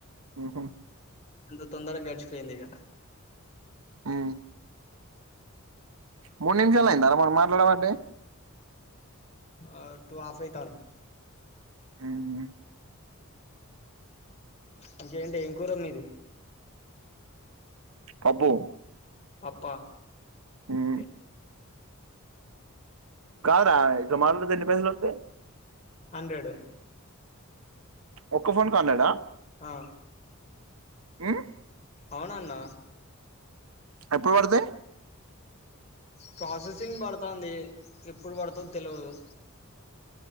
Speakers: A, on the right; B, on the left.
A: ఉహు
B: ఎంత తొందరగా గ పోయిందిక
A: ఆ మూడు నిమిషాలు అయియందారా మన మాట్లాడమంటే
B: ఆ టూ అస్ ఐతాన్
A: ఆమ్
B: ఇంకేంటి ఏం కూర మీది
A: పప్పు
B: పప్పా
A: ఉమ్
B: ఒకే
A: ఆ ఇట్ల మాట్లాడితే ఎన్ని పైసలోతాయి
B: హండ్రెడు
A: ఒక్క ఫోన్ కు హండ్రెడ్ ఆ
B: ఆ
A: మ్
B: అవునాన్న
A: ఎప్పుడు పడుతై
B: ప్రాసెసింగ్ పడుతంది ఎప్పుడు పడుతదిో తెలువదు